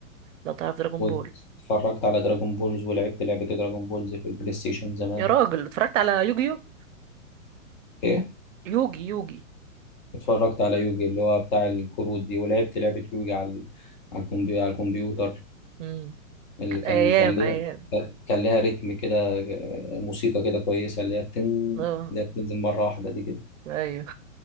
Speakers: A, on the right (about 65°); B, on the left (about 35°).
A: لو تعرف دراجون
B: واتفرجت
A: بول
B: على دراجون بولز ولعبت لعبة دراجون بولز في البلاي ستيشن زمان
A: يا راجل اتفرجت على يوجيو
B: ايه
A: يوجي يوجي
B: اتفرجت على يوجي اللي هو بتاع الكروت دي ولعبت لعبة يوجي على على الكمبيوتر على الكمبيوتر
A: مم.
B: اللي كان
A: ايام
B: كان ليها
A: ايام
B: كان ليها ريتم كده آه، موسيقى كده كويسة اللي هي بتن
A: اه
B: اللي هي بتنزل مرة واحدة دي كده
A: ايوه